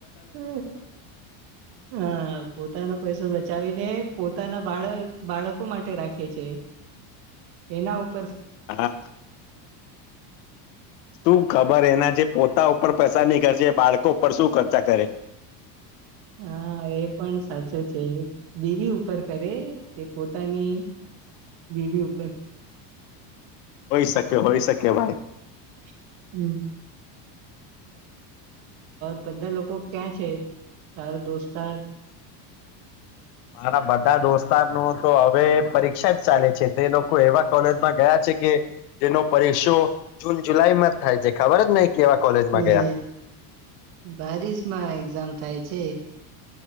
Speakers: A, on the right; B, on the left.
A: હ હા પોતાનો પૈસો બચાવી દે પોતાના બાળક બાળકો માટે રાખે છે. એના ઉપ
B: હા તું ખબર એના જે પોતા ઉપર પૈસા નઈ ખર્ચે એ બાળકો પર શું ખર્ચા કરે
A: હા એ પણ સાચો છે બીવી ઉપર કરે તે પોતાની બીવી ઉપર
B: હોઈ શકે હોય શકે ભાઈ.
A: હ હમ બધા લોકો ક્યાં છે તારો દોસ્તાર?
B: મારા બધા દોસ્તારનું તો હવે પરીક્ષા જ ચાલે છે તે લોકો એવા કોલેજમાં ગયા છે કે જેનો પરીક્ષો જૂન જુલાઈ માં જ થાય છે ખબર જ નહી કેવા કોલેજમાં ગયા
A: એ બારિશ માં એક્ઝામ થાય. છે.